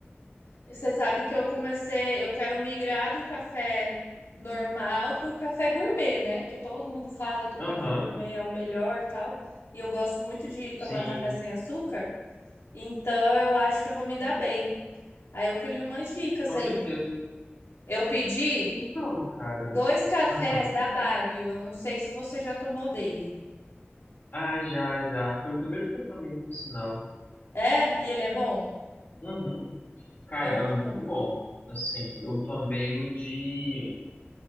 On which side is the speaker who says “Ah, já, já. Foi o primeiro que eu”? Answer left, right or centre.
Left